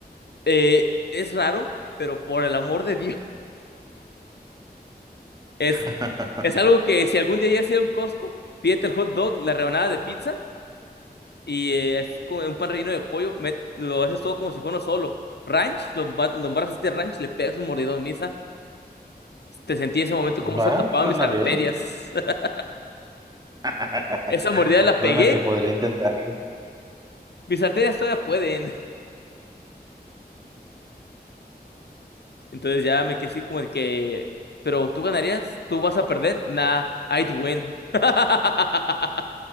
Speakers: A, on the left; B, on the right.
A: eh, es raro, pero por el amor de Dios. Es,
B: <laughs>
A: es algo que si algún día llegas a ir a un Costco, pídete el hot dog, la rebanada de pizza y eh, es como un pan relleno de pollo. met- lo haces todo como si fuera uno solo. Ranch, lo emba- lo embarras este ranch, le pegas un mordidón, misa. Te sentí ese momento como se
B: Va,
A: tapaban
B: suena
A: mis arterias.
B: bien.
A: <laughs>
B: <laughs>
A: Esa mordida la
B: Suena
A: pegué,
B: que podría intentarlo.
A: mis arterias todavía pueden. <laughs> Entonces ya me quedé así como de que, pero tú ganarías, tú vas a perder. Nah, I'd win. <laughs>